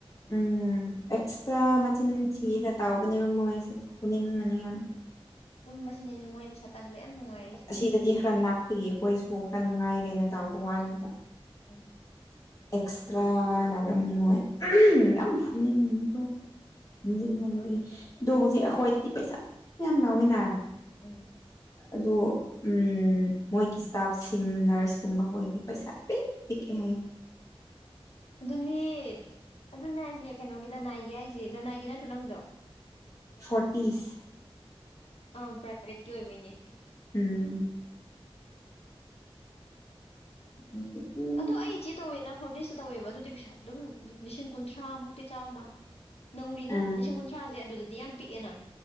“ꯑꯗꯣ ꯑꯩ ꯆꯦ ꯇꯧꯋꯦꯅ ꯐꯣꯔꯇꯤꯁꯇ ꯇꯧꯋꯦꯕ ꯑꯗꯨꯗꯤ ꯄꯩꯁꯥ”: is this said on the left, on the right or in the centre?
Left